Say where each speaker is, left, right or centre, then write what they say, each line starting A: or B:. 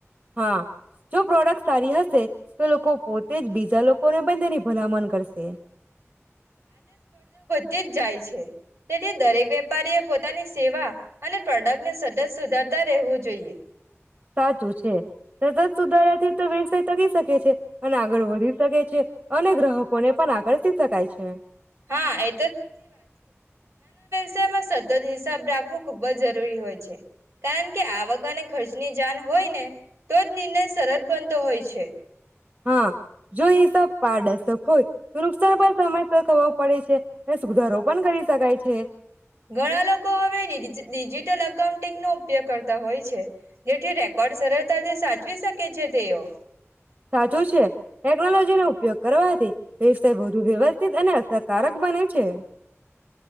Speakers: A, on the right; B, on the right.
A: હા જો પ્રોડક્ટ સારી હશે તો લોકો પોતે જ બીજા લો કોને પણ તેની ભલામણ કરશે.
B: તે જ જાય છે તેથી દરેક વેપારી એ પોતાની સેવા અને પ્રોડક્ટને સતત સુધારતા રહેવું જોઈએ.
A: સાચું છે સતત સુધારાથી તો વીસે તગી શકે છે. અને આગળ વધી શકે છે અને ગ્રાહકોને પણ આગળતી શકાય છે.
B: હા એ સાય માં સતત હિસાબ રાખવો ખૂબ જ જરૂરી હોય છે કારણ કે આવક અને ખર્ચની જાણ હોય ને તો જ નિર્ણય સરળ બનતો હોય છે.
A: હા જોઈ તો પારડર્શક હોય તો નુકસાન પણ સમયસર ખબર પડે છે અને સુધારો પણ કરી શકાય છે.
B: ઘણા લોકો હવે ડીજી ડિજિટલ <unintelligible> નો ઉપયોગ કરતા હોય છે જેથી રેકોર્ડ સરળતાથી સાચવી શકે છે તેઓ.
A: સાચું છે, ટેકનોલોજીનો ઉપયોગ કરવાથી વ્યવસાય વઘુ વ્યવસ્થિત અને અસરકારક બને છે.